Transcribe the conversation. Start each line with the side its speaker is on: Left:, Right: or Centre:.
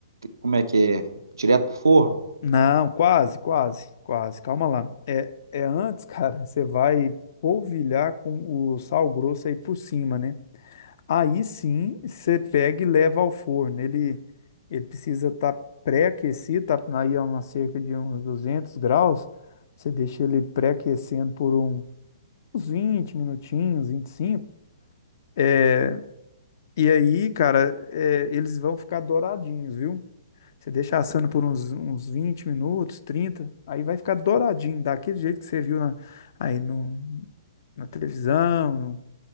Right: Como é que é? Direto pro forno?
Left: Não, quase, quase, quase. Calma lá. É, é antes, <laughs> cara, você vai polvilhar com o sal grosso aí por cima, né? Aí sim, você pega e leva ao forno. Ele, ele precisa estar pré-aquecido, tá aí a uma cerca de uns 200 graus. Você deixa ele pré-aquecendo por um- uns 20 minutinhos, 25. É, e aí, cara, é, eles vão ficar douradinhos, viu? Você deixa assando por uns, uns 20 minutos, 30. aí vai ficar douradinho, daquele jeito que você viu na, aí no, na televisão, no-